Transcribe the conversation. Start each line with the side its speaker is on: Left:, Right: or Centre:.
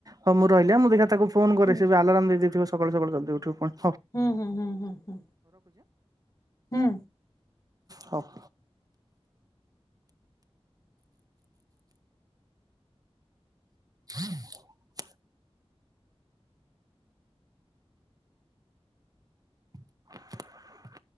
Right: ହଁ ମୁଁ ରହିଲି
Left: ହଉ
Right: ମୁଁ ଦେଖ ତାକୁ ଫୋନ କରେ
Left: ହୁଁ
Right: ସେ ବି ଆଲାରମ୍ ଦେଇ ଦେଇଥିବ। ସକାଳୁ ସକାଳୁ ଜଲ୍ଦୀ ଉଠିବ ଫୁଣି।
Left: ହୁଁ ହୁଁ ହୁଁ ହୁ ହ ହୁଁ
Right: ହଁ <inaudible> <unintelligible>